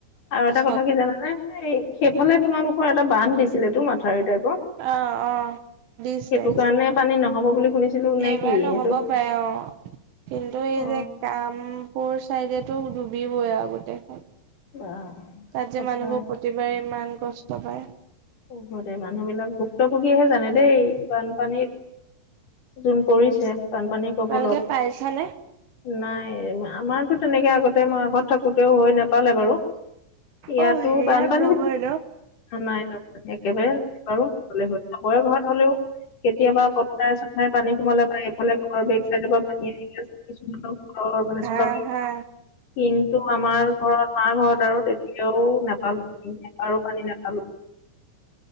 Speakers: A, on the left; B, on the right.
A: আৰু এটা
B: চত
A: কথা কি জানানে এই সেইফালে তোমালোকৰ এটা বান্ধ দিছিলে তো মাথাউৰি টাইপ
B: অ', অ', দিছে।
A: সেইটো কাৰণে পানী নহব বুলি শুনিছিলো নে
B: এইবাৰ
A: কি
B: নহ'ব
A: এইটো
B: পাৰে অ কিন্তু এই
A: অ',
B: যে কাম স চাইডেতো ডুবিবই আৰু গোতেেইখন
A: বা
B: তাত
A: সঁচাই
B: যে মানুহবোৰ প্ৰতিবাৰে মান কষ্ট পায়
A: অব দে মানুহ বিলাক ভুক্তভোগীহে জানে দেই বানপানীত যোন কৰিছে বানপানীৰ কবলত
B: তোমালোকে পাইছানে?
A: নাই আমাৰতো তেনেকে আগতে মই আগত থাকোতেও হৈ নোপালে বাৰু ইয়াতো
B: অ' হেৰিয়াত
A: বানপানী
B: নহয় ন?
A: নাই ন একেবাৰোৰলেয়ৰ ঘৰত হলেও কেতিয়াবা পথাৰে চথাৰে পানী সোমালে পাৰে এইফালে ঘৰৰ বেক চাইডৰ পৰা পানী আহিল অ মান
B: হা হা।
A: টো আমাৰ ঘৰত মা ঘৰত আৰু তেতিয়াও নাপালো পানী আৰু পানী নাপালো